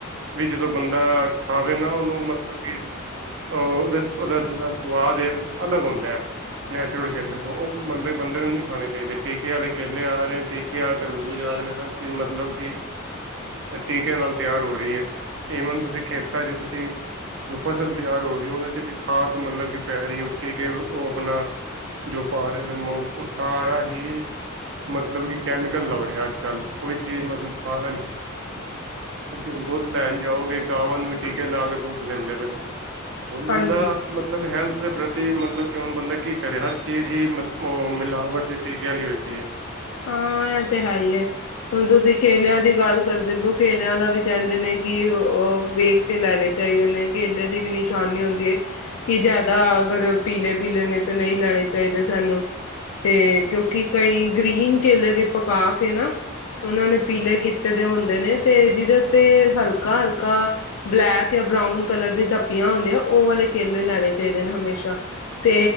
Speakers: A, on the right; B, on the left.
A: ਵੀ ਜਦੋਂ ਬੰਦਾ ਖਾਵੇ ਨਾ ਉਹਨੂੰ ਮਤਲਬ ਕਿ ਉਹ ਉਹਦੇ ਚ ਉਹਦਾ ਜੇਲਾ ਸਵਾਦ ਯਾ ਕੁਛ ਅਲੱਗ ਹੁੰਦਾ ਹੈ। ਨੈਚੁਰਲ ਕੇਲੇ ਤੋਂ ਉਹ ਵੀ ਮਤਲਬ ਬੰਦੇ ਨੂੰ ਨਹੀਂ ਖਾਣੇ ਚਾਹੀਦੇ। ਟੀਕੇ ਆਲੇ ਕੇਲੇ ਆ ਰਹੇ ਨੇ। ਟੀਕੇ ਆਲੇ ਤਰਬੂਜ਼ ਆ ਰਹੇ ਨੇ। ਹਰ ਚੀਜ਼ ਮਤਲਬ ਕਿ ਟੀਕੇ ਨਾਲ ਤਿਆਰ ਹੋ ਰਹੀ ਹੈ। ਈਵਨ ਤੁਸੀਂ ਖੇਤਾਂ ਚ ਤੁਸੀਂ ਜੋ ਫਸਲ ਤਿਆਰ ਹੋ ਰਹੀ ਹੋ ਉਹਨਾਂ ਚ ਵੀ ਖਾਦ ਮਤਲਬ ਕਿ ਪੈ ਰਹੀ ਹੋ ਟੀਕੇ ਉਹ ਆਪਣਾ ਜੋ ਪਾ ਰਹੇ ਨੇ ਮੋਮ ਉਹ ਤਾਰਾ ਹੀ ਮਤਲਬ ਕਿ ਕੈਮੀਕਲ ਲੱਗ ਰਿਹਾ ਅੱਜ ਕੱਲ, ਕੋਈ ਚੀਜ਼ ਮਤਲਬ ਖਾਣ ਆਲੀ, ਤੁਸੀਂ ਹੁਣ ਦੁੱਧ ਲੈਣ ਜਾਓਗੇ ਗਾਵਾਂ ਨੂੰ ਵੀ ਟੀਕੇ ਲਾ ਕੇ ਦੁੱਧ ਦਿੰਦੇ ਬਏ ਨੇ। ਹੁਣ ਬੰਦਾ
B: ਹਾਂਜੀ
A: ਮਤਲਬ ਹੈਲਥ ਪ੍ਰਤੀ ਮਤਲਬ ਕਿ ਹੁਣ ਬੰਦਾ ਕੀ ਕਰੇ? ਹਰ ਚੀਜ਼ ਹੀ ਮ ਉਹ ਮਿਲਾਵਟ ਦੇ ਟੀਕੇ ਆਲੀ ਹੋਈ ਪਈ ਹੈ।
B: ਹਾਂ ਇਹ ਤੇ ਹੈ ਹੀ, ਹੁਣ ਤੁਸੀਂ ਕੇਲਿਆਂ ਦੀ ਗੱਲ ਕਰਦੇ ਬੇਓ, ਕੇਲਿਆਂ ਦਾ ਵੀ ਕਹਿੰਦੇ ਨੇ ਕਿ ਉਹ-ਉਹ ਵੇਖ ਕੇ ਲੈਣੇ ਚਾਹੀਦੇ ਨੇ। ਕੇਲੇ ਦੀ ਵੀ ਨਿਸ਼ਾਨੀ ਹੁੰਦੀ ਹੈ। ਕਿ ਜਿਆਦਾ ਅਗਰ ਪੀਲੇ ਪੀਲੇ ਨੇ ਤਾਂ ਨਹੀਂ ਲੈਣੇ ਚਾਹੀਦੇ ਸਾਨੂੰ। ਤੇ ਕਿਉਂਕਿ ਕਈ ਗ੍ਰੀਨ ਕੇਲੇ ਵੀ ਪਕਾ ਕੇ ਨਾ ਉਹਨਾਂ ਨੇ ਪੀਲੇ ਕੀਤੇ ਦੇ ਹੁੰਦੇ ਨੇ, ਤੇ ਜਿਹਦੇ ਉੱਤੇ ਹਲਕਾ-ਹਲਕਾ ਬਲੈਕ ਜਾਂ ਬਰਾਊਨ ਕਲਰ ਦੀ ਧੱਪੀਆਂ ਹੁੰਦੀਆਂ, ਉਹ ਵਾਲੇ ਕੇਲੇ ਲੈਣੇ ਚਾਹੀਦੇ ਨੇ ਹਮੇਸ਼ਾ। ਤੇ